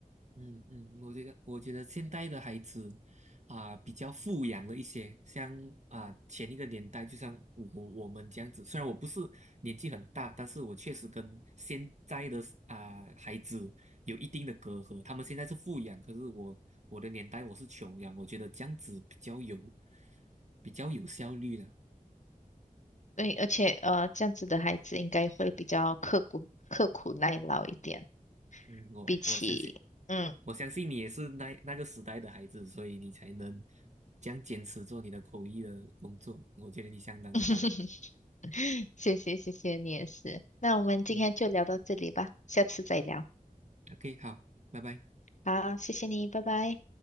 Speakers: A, on the right; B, on the left.
A: 嗯嗯，我觉得我觉得现代的孩子啊、比较富养了一些，像啊、前一个年代，就像我我我们这样子，虽然我不是年纪很大，但是我确实跟现在的啊、孩子有一定的隔阂。他们现在是富养，可是我我的年代我是穷养，我觉得这样子比较有比较有效率的。
B: 对，而且呃这样子的孩子应该会比较刻苦刻苦耐劳一点，
A: 嗯，我我相信，
B: 比起嗯，
A: 我相信你也是那那个时代的孩子，所以你才能这样坚持做你的口译的工作。我觉得你相当的棒。
B: <laughs> 谢谢谢谢你也是。那我们今天就聊到这里吧，
A: 嗯
B: 下次再聊。
A: ，OK，好，拜拜。
B: 好，谢谢你，拜拜。